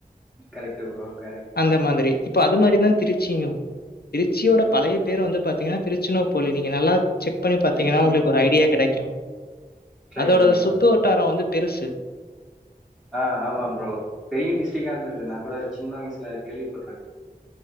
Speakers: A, in the centre; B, on the left.
A: கரெக்ட் ப்ரோ கரெக்
B: அந்த மாதிரி இப்ப அது மாரிதா திருச்சியு திருச்சியோட பழைய பேர் வந்து பாத்தீங்கன்னா திருச்சிராப்பள்ளி நீங்க நல்லா செக் பண்ணி பாத்தீங்கன்னா
A: திருச்சினா
B: உங்களுக்கு ஒரு
A: போல
B: ஐடியா கெடைக்கு
A: ட்ரை
B: அதோட
A: பண்றே
B: சுத்து
A: ப்ரோ
B: வட்டாரோ வந்து பெருசு
A: ஆ ஆமா ப்ரோ பெரிய டிஸ்ட்ரிக்டா இருந்தது நா கூட சின்ன வயசுல கேள்விப்பட்டுருக்கே